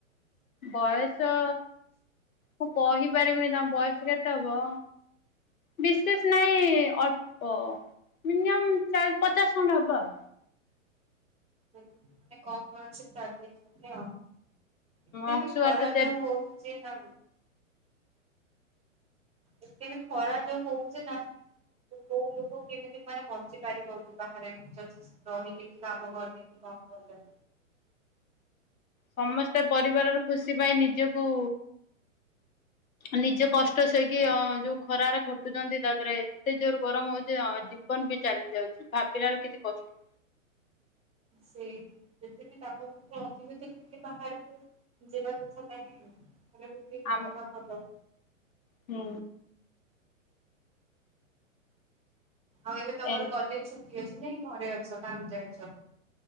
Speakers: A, on the left; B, on the right.
A: ବୟସ ମୁଁ କହିପାରିବିନି ତାଙ୍କ ବୟସ କେତେ ହବ। ବିଶେଷ ନାଇଁ ଅଳ୍ପ ମିନିଅମ୍ ଚାର ପଚାଶ ଖଣ୍ଡ ହବ ଆଉ।
B: ମାନେ କମ୍ <unintelligible> ଆଉ ଏତେ
A: ଅଂଶୁଘାତ
B: ବି ଖରା
A: ସେ
B: ଯୋଉ ହଉ ସେ <unintelligible> ଏତେ ବି ଖରା ଯୋଉ ହଉଛି ନା କୋଉ ଲୋକ କେମିତି ମାନେ ବଞ୍ଚି ପାରିବ କି ବାହାରେ। <unintelligible> ରହିଲେ କି କାମ କଲେ କି କଣ କଲେ।
A: ସମସ୍ତେ ପରିବାରର ଖୁସି ପାଇଁ ନିଜକୁ ନିଜ କଷ୍ଟ ସହିକି ଅ ଯୋଉ ଖରାରେ ଖଟ ଖଟୁଛନ୍ତି ତା ପରେ ଏତେ ଜୋରେ ଗରମ ହଉଛି ଅ ଜୀବନ ବି ଚାଲିଯାଉଛି ଭାବିଲାବେଳକୁ କେତେ କଷ୍ଟ
B: ସେ ଯେତେ ବି ବାପ ବୋଉଙ୍କ <unintelligible> ବାହାରକୁ ଯିବା କଥା ଜାଣିନୁ ଘର ଭିତରେ
A: ଆମ
B: ରହିବା ଭଲ।
A: ହୁଁ।
B: ଆଉ ଏବେ ତମର
A: ଏ
B: କଲେଜ ଛୁଟି ଅଛି ନାଇଁ ଘରେ ଅଛ ଗାଁ କୁ ଯାଇଛ।